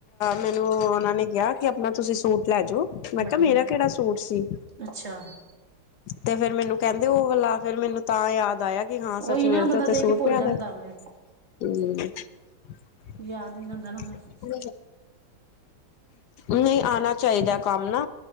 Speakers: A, on the left (about 65°); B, on the right (about 30°).
A: ਮੈਨੂੰ ਉਹਨਾਂ ਨੇ ਕਿਹਾ ਕਿ ਆਪਣਾ ਤੁਸੀਂ ਸੂਟ ਲੈ ਜਾਓ, ਮੈਂ
B: ਵੱਡੀ
A: ਕਿਹਾ ਮੇਰਾ ਕਿਹੜਾ ਸੂਟ ਸੀ।
B: ਅੱਛਾ
A: ਤੇ ਫੇਰ ਮੈਨੂੰ ਕਹਿੰਦੇ ਉਹ ਵਾਲਾ ਫੇਰ ਮੈਨੂੰ ਤਾਂ ਯਾਦ ਆਇਆ। ਕਿ ਹਾਂ ਸੱਚ
B: ਉਹੀ
A: ਮੇਰਾ
B: ਨਾ ਬੰਦਾ
A: ਤੇ ਉੱਥੇ
B: ਦੇ
A: ਸੂਟ
B: ਕੇ ਭੁੱਲ
A: ਪਿਆਦਾ
B: ਜਾਂਦਾ
A: ਹਮ
B: ਵੇ
A: <inaudible>
B: ਯਾਦ ਨੀ ਰਹਿੰਦਾ ਨਾ ਫਿਰ
A: ਨਹੀਂ ਆਉਣਾ ਚਾਹੀਦਾ ਕੰਮ ਨਾ